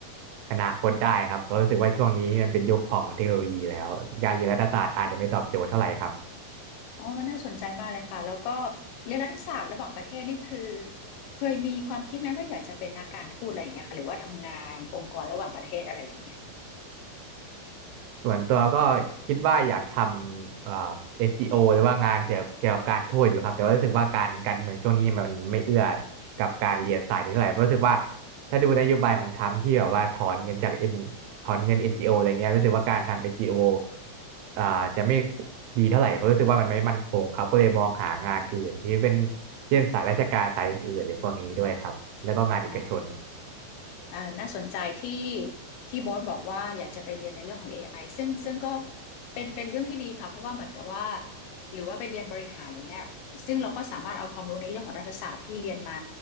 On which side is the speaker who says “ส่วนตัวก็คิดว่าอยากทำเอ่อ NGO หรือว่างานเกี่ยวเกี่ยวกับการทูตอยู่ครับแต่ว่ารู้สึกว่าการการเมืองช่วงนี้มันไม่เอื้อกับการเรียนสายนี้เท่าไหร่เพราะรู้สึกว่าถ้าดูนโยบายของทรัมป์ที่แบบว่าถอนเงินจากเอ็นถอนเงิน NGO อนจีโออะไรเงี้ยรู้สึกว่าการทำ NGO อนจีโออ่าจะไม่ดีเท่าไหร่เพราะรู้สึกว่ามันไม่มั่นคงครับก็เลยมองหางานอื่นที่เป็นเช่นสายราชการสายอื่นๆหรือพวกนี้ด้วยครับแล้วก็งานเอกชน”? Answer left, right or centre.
Right